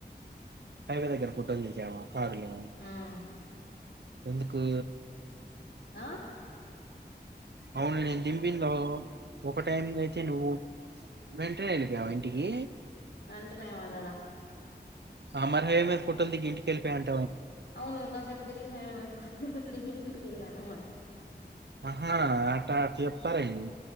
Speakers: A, on the right; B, on the left.
A: హైవేగ ఫుటోంది పర్లో
B: ఉమ్
A: ఎందుకు
B: ఆ
A: అవున నే న్ దింపిందో ఒక టైమ్ తెచ్చిండు నువ్వు వెంటనే వెళపోవా ఇంటికి
B: వెంటనే ఏం వెళ్ళల
A: అ మరి ఏమె ఫోటోల్ దిగి ఇంటికి వెళ్లిపోయావంట
B: అవును కాసేపు తిరిగినా హళనా ఇంటిక్లెనాను అని
A: హా ఆట చెప్తారుయింది